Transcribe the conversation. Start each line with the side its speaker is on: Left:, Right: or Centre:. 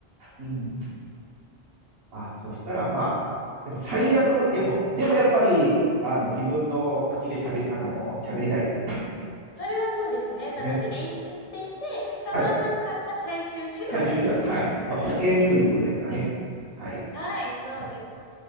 Right: うん。あ、そしたらまあ、でも最悪、でも、でもやっぱり、あの、自分の口で喋り、あの、喋りたいですね。
Left: それはそうですね。なので練習していて、
Right: ね。
Left: 伝わらなかった最終手段として使ってみてください。
Right: はい。最終手段。はい。まあ、保険ということですかね。はい。
Left: はい、そうです。
Right: <laughs> あ